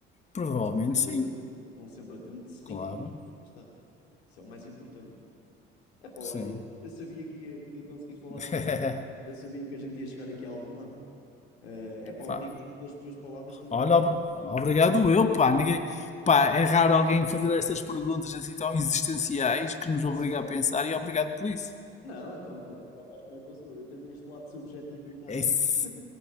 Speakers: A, on the left; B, on the left.
A: provavelmente
B: Mas vão sempre
A: sim.
B: a tempo. Vão sempre a tempo de se
A: Claro,
B: reencontrar. Lá está. Isso é o mais importante. É pá,
A: sim.
B: olha, eu sabia que ia, que ia conseguir falar contigo.
A: <laughs>
B: Eu sabia que a gente ia chegar aqui a algum lado. Eh, É pá, obrigado
A: Pá,
B: pelas tuas palavras, também
A: Olha,
B: me fiz
A: ob-
B: aqui.
A: obrigado eu, pá. Ninguém, pá. É raro alguém fazer estas perguntas assim tão existenciais que nos
B: Faço
A: obriga a pensar e obrigado por isso.
B: Não, então, claro, já sabes como é que eu sou. Eu tenho este lado subjetivo muito
A: É
B: ativo.
A: se-